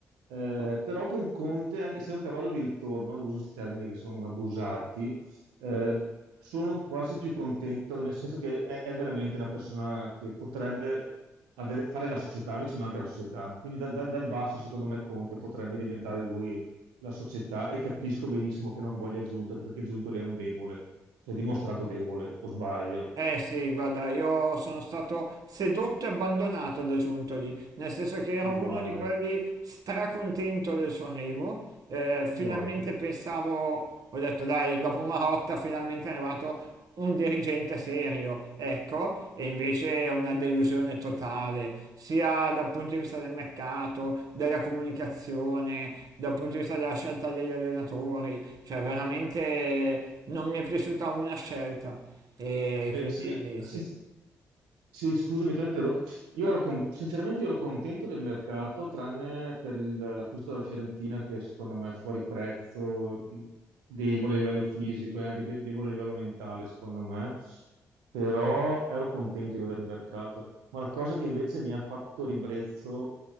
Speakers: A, on the right; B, on the right.
A: Eh, però con Conte, anche se è un cavallo di ritorno, uso questi termini che sono abusati, eh, sono quasi più contento, nel senso che è, è veramente una persona che potrebbe avere- fare la società, noi ci manca la società. Quindi da- da- dal basso, secondo me, Conte potrebbe diventare lui la società e capisco benissimo che non voglia Giuntoli, perché Giuntoli è un debole, si è dimostrato debole, o sbaglio,
B: Eh sì, guarda, io sono stato sedotto e abbandonato da Giuntoli, nel senso che ero
A: uguale,
B: uno di quelli stracontento del suo arrivo, eh, finalmente
A: io anche.
B: pensavo, ho detto dai, dopo Marotta finalmente è arrivato un dirigente serio, ecco, e invece è una delusione totale, sia dal punto di vista del mercato, della comunicazione, dal punto di vista della scelta degli allenatori, cioè veramente non mi è piaciuta una scelta. E
A: Eh,
B: quindi
A: sai-
B: sì,
A: sì, sì, scusami, ti ho interrotto. Io ero con- sinceramente io ero contento del mercato, tranne per il- l'acquisto della Fiorentina, che secondo me è fuori prezzo, debole a livello fisico e anche de- debole a livello mentale, secondo me. Però ero contento io del mercato. Ma la cosa che invece mi ha fatto ribrezzo,